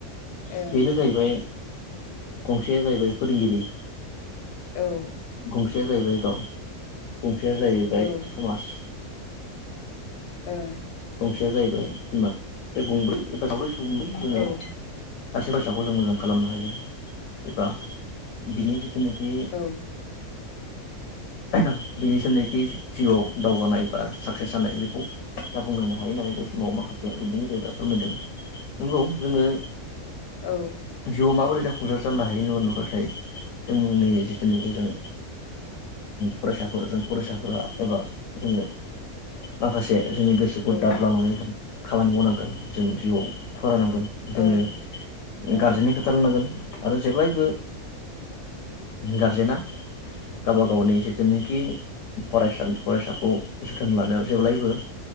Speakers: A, on the left (about 85°); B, on the left (about 70°).
A: औ
B: बेनो जाहैबाय गंसेया जाहैबाय फोरोंगिरि
A: औ
B: गंसेया जाहैबाय गाव गंसेया जाहैबाय
A: ओं औ
B: समाज
A: ओं
B: गंसेया जाहैबाय बिमा बे गंब्रै एबा सावदै सुबुंदों जोंङो
A: ओं
B: सासे फैसाखौ जों मोजां खालामनो हायो एबा बिनि जिथुनाखि
A: औ
B: बिनि जिनाखि जिउआव दावगानाय बा साक्सेस जानाय बेखौ जाफुंहोनो हायो होननानै बे समाव माखासे दैदेनगिरिफोरा फोरमायदों नंगौ जोङो
A: औ
B: जिउआव माबोरै जाफुंसार जानो हायो होनना नुङोबाथाय जोंनि जिथुनाखि जों फरायसाफोर जों फरायसाफोरा एबा जोङो माखासे जोंनि गोसो गोसोखौ दाद
A: ओं
B: लानानै जों खामानि मावनांगोन जों जिउआव फरायनांगोन। जोंङो
A: ओं ओं
B: गारजेननि खोथा लनांगोन आरो जेब्लायबो गारजेना गावबा गावनि जेथनोखि फरायसा फरायसाखौ जोथोन लानायाव जेब्लायबो